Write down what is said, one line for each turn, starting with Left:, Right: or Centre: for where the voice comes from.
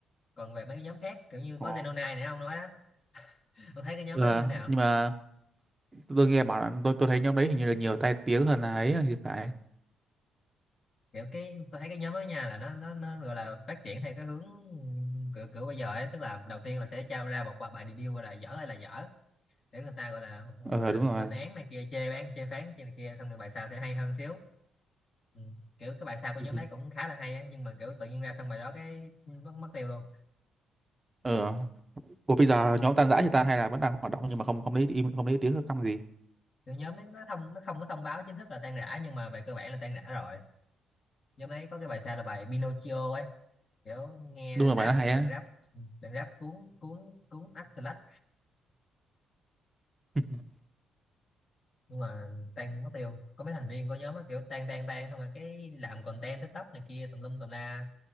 Left: còn về mấy cái nhóm khác kiểu như
Right: Ờ,
Left: có Zenonai nãy ông nói đó ông thấy cái nhóm
Right: ừ,
Left: đó như thế nào
Right: nhưng mà tôi nghe bảo là tôi tôi thấy nhóm đấy hình như là nhiều tai tiếng hơn là ấy thì phải
Left: kiểu cái tôi thấy cái nhóm đó nha là nó nó nó gọi là phát triển theo cái hướng kiểu kiểu bây giờ ấy tức là đầu tiên là sẽ trao ra một bài bài debut gọi là dở hay là dở để người ta gọi là gọi
Right: ờ
Left: là
Right: đúng
Left: lên
Right: rồi
Left: án này kia chê bán chê phán chê này kia xong rồi bài sau sẽ hay hơn xíu ừ. kiểu cái bài sau của
Right: ừ.
Left: nhóm đấy cũng khá là hay á nhưng mà kiểu tự nhiên ra xong bài đó cái mất mất tiêu luôn
Right: ừ Ủa bây giờ nhóm tan rã thì ta hay là vẫn đang hoạt động nhưng mà không không lấy im không lấy tiếng không căm gì
Left: kiểu nhóm đấy nó thông nó không có thông báo chính thức là tan rã nhưng mà về cơ bản là tan rã rồi nhóm đấy có cái bài sau là bài Pinocchio ấy kiểu nghe
Right: đúng là bài
Left: rap
Right: nó hay
Left: đoạn
Right: á
Left: rap ừ, đoạn rap cuốn cuốn cuốn ách slash
Right: <laughs>
Left: nhưng mà tan mất tiêu có mấy thành viên của nhóm đó kiểu tan tan tan xong rồi cái làm content TikTok này kia tùm lum tùm la